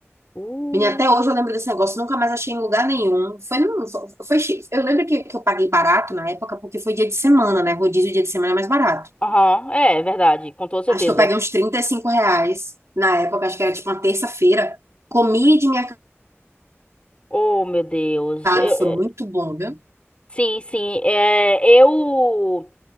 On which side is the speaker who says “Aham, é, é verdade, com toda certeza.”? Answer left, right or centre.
Left